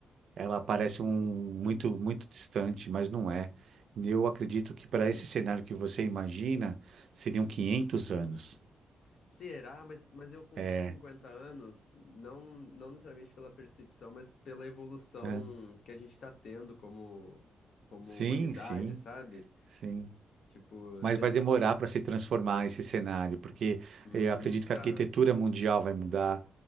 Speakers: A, on the right; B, on the left.
A: ela parece um muito, muito distante, mas não é. Eu acredito que para
B: sim.
A: esse cenário que você imagina, seriam 500 anos.
B: Será? Mas, mas eu conto
A: É,
B: os 50 anos não, não necessariamente pela percepção, mas pela evolução
A: é.
B: que a gente está tendo como, como
A: Sim,
B: humanidade,
A: sim,
B: sabe?
A: sim.
B: Tipo,
A: Mas
B: será-
A: vai demorar para se transformar esse cenário, porque
B: Hum,
A: eu acredito que
B: tá.
A: a arquitetura mundial vai mudar,